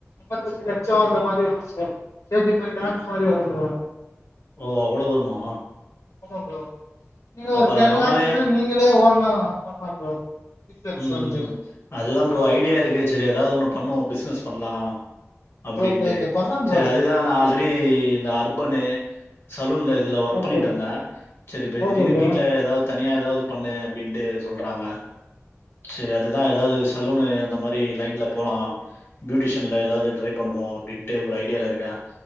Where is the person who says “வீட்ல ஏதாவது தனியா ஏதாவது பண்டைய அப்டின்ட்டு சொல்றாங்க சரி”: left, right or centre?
Left